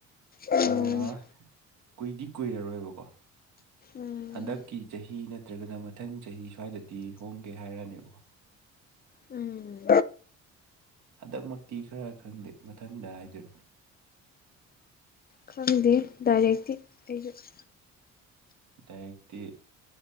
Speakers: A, on the left; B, on the right.
A: ꯎꯝ
B: ꯑꯥ ꯀꯨꯏꯗꯤ ꯀꯨꯏꯔꯔꯣꯏꯕꯀꯣ
A: ꯎꯝ
B: ꯍꯟꯗꯛꯀꯤ ꯆꯍꯤ ꯅ ꯅꯠꯇ꯭ꯔꯒꯅ ꯃꯊꯪ ꯆꯍꯤ ꯁ꯭ꯋꯥꯏꯗꯗꯤ ꯍꯣꯡꯒꯦ ꯍꯥꯏꯔꯛꯅꯦꯕꯀꯣ
A: ꯎꯝ
B: ꯍꯟꯗꯛꯃꯛꯇꯤ ꯈꯔ ꯈꯪꯗꯦ ꯃꯊꯪꯗ ꯍꯥꯏꯗꯣꯏꯔꯣ
A: ꯈꯪꯗꯦ ꯗꯥꯏꯔꯦꯛꯇꯤ ꯑꯩꯁꯨ
B: ꯗꯥꯏꯔꯦꯛꯇꯤ